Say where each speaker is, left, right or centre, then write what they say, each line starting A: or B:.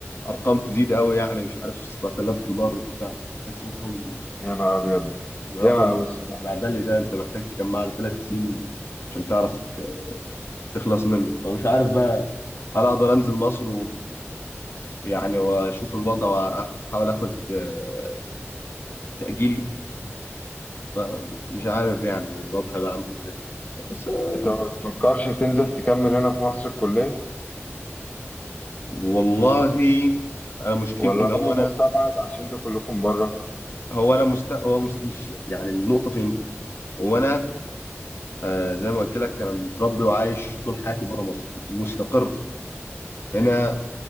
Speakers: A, on the left (about 60°); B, on the left (about 30°).
A: أرقام تزيد قوي يعني مش عارف 7000 دولار وبتاع بس رقم
B: يا نهار ابيض
A: رقم
B: ياما أوي الصراحه
A: العبالي ده أنت محتاج تجمع له ثلاث سنين عشان تعرف تت- تخلص منه فمش عارف بقى هل أقدر أنزل مصر ويعني وأشوف الوضع وأحاول آخد آه، تأجيل فمش عارف يعني الوضع هيبقى عامل إزاي بس آه،
B: انت ما بتفكرش تنزل تكمل هنا في مصر الكليه
A: والله أنا مشكلتي
B: ولا
A: إن هو
B: امر
A: أنا
B: مستبعد عشان انتوا كلكم بره
A: هو انا مست... هو مست... مش يعني النقطه فين هو انا آه زي ما قلت لك انا متربي وعايش طول حياتي بره مصر مستقر هنا